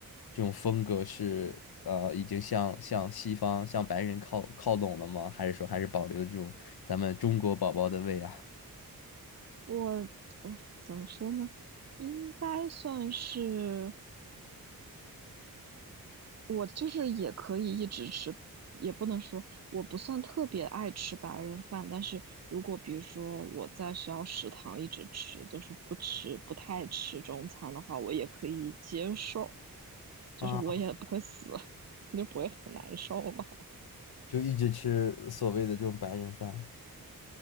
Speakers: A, on the left (about 80°); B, on the right (about 45°).
A: 这种风格是呃，已经向向西方、向白人靠靠拢了吗？还是说还是保留这种咱们中国宝宝的胃啊？
B: 我呃怎么说呢，应该算是。我就是也可以一直吃，也不能说我不算特别爱吃白人饭，但是如果比如说我在学校食堂一直吃，就是不吃不太吃中餐的话，我也可以接受，就是我也不会死，
A: 啊，
B: <laughs> 就不会很难受吧。<laughs>
A: 就一直吃所谓的这种白人饭？